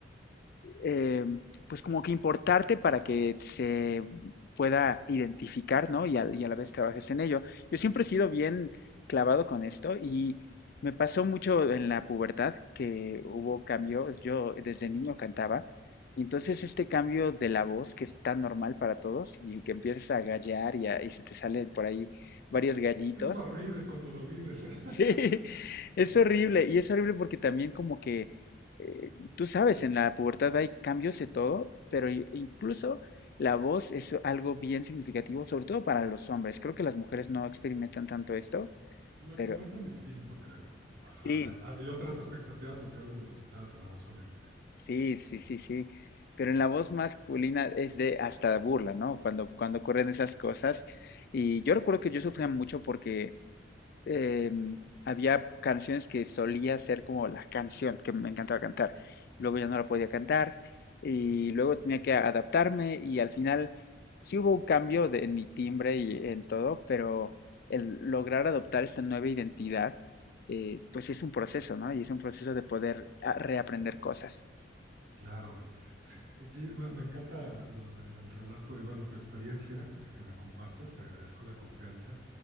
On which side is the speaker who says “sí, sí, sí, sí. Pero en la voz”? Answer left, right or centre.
Left